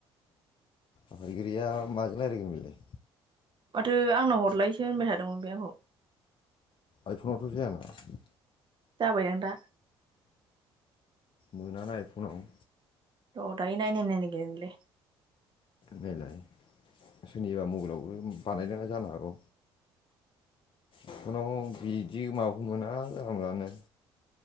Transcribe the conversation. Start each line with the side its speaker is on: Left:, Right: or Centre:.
Left: आफादगिरिया माजों रायलायगोन बिलाय
Right: माथो आंनाव हरलायसो होनबाय थादोंमोन बे आंखौ
Left: आइपनावथ' जायामोन
Right: जाबायदां दा
Left: मोनानो आइपनाव
Right: र दायो नायनाय नायनांगोनलै
Left: नैलाय सोरनिबा मबाइलावबो बानायदों जानो हागौ जिखन बिदि माबाखौ मोना जनलामानलानो